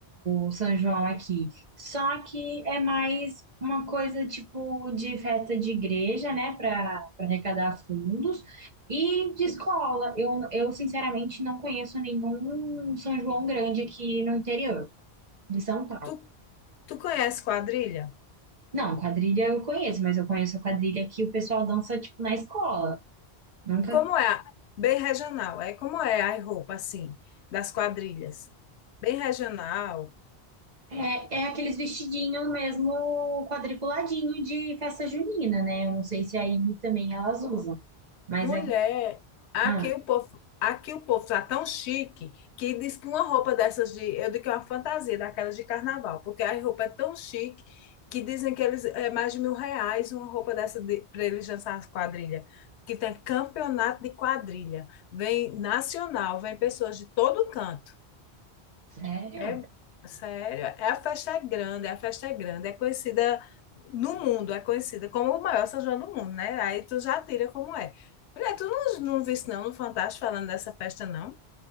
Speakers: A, on the right; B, on the left.
A: o São João aqui. Só que é mais uma coisa tipo de festa de igreja, né? Para arrecadar fundos. E de escola. Eu, eu, sinceramente, não conheço nenhum São João grande aqui no interior de São Paulo.
B: tu, tu conhece quadrilha?
A: Não, quadrilha eu conheço, mas eu conheço a quadrilha que o pessoal dança, tipo, na escola. Nunca.
B: Como é? a- Bem regional. É como é a roupa, assim, das quadrilhas. Bem regional.
A: É, é aqueles vestidinhos mesmo quadriculadinho de festa junina, né? Eu não sei se aí também elas usam. Mas
B: Mulher,
A: é.
B: aqui
A: Ah,
B: o povo, aqui o povo tá tão chique que diz que uma roupa dessas de, eu digo que é uma fantasia, daquelas de carnaval, porque a roupa é tão chique que dizem que eles é mais de mil reais uma roupa dessa de, para eles dançar as quadrilhas. Que tem campeonato de quadrilha, vem nacional, vem pessoas de todo canto.
A: Sério?
B: É, sério, é a festa é grande, é a festa é grande, é conhecida no mundo, é conhecida como o maior São João do mundo, né? Aí tu já tira como é. Mulher, tu não, não viste não no Fantástico falando dessa festa, não?